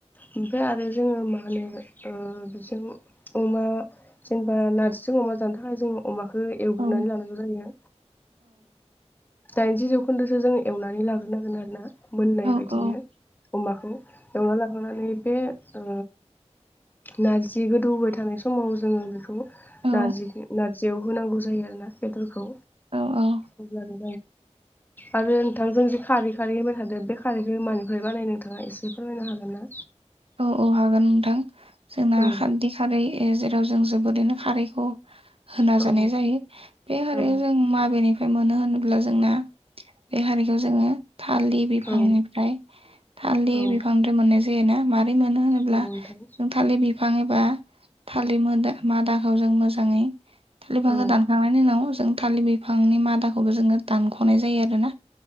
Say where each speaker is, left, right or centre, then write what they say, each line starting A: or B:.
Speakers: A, on the left; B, on the right.
A: ओमफ्राय आरो जोङो मा होनो ओ बिजों अमा जेनेबा नारजिजों अमा जानो थाखाय जों अमा खौ एवग्रोनानै
B: औ
A: लानांगौ जायो। दाइनजि जौखोन्दोसो जों एवनानै लाग्रोनांगोन आरो ना। मोननाय
B: औ
A: बायदिनो
B: औ
A: अमाखौ एवना ला खांनानै बे ओ नारजि गोदौबाय थानाय समाव जोङो बेखौ
B: औ
A: नारजि नारजियाव होनांगौ जायो आरो ना बेदरखौ
B: औ औ
A: अब्लानो आरो नोंथां जों जि खारै खारै होनबाय थादो बे खारैखो मानिफ्राय बानायो नोंथाङा एसे फो फोरमायनो हागोन ना?
B: औ औ हागोन नोंथां जोंना
A: औ
B: खारदि खारै एजे जों जोबोरैनो खारैखौ होना
A: औ
B: जानाय जायो बे खारैखौजों
A: औ
B: माबेनि फ्राय मोनो होनोब्ला जोंना बे खारिखौ जोङो थालि बिफांनिफ्राय
A: औ
B: थालि
A: औ
B: बिफांनिफ्राय मोननाय जायोना मारै मोनो होनोब्ला
A: औ नोंथां
B: जों थालि बिफां एबा थालि मोला मादा खौ जों मोजाङै थालि बिफांखो
A: औ
B: दानखांनायनि उनाव जों थालि बिफांनि मादाखौबो जोङो दानख'नाय जायो आरो ना